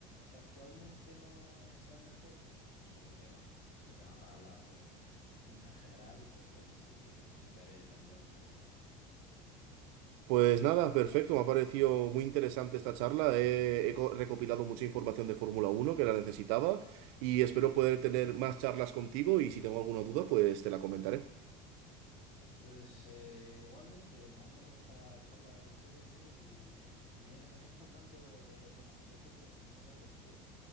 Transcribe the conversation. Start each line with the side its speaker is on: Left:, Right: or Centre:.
Left: que actualmente no, no sea el mejor, pues, es otro tema, es otro tema para hablar, pero pf, en, en- en general yo creo que sí que me quedaría yo también con el Madrid.
Right: Pues nada, perfecto, me ha parecido muy interesante esta charla. He, he co- recopilado mucha información de Fórmula Uno que la necesitaba y espero poder tener más charlas contigo y si tengo alguna duda, pues te la comentaré.
Left: Pues eh, igualmente, me ha encantado esta charla contigo, tío, y pf, me, me he puesto al tanto de de la información de fútbol. Muchas gracias, tío.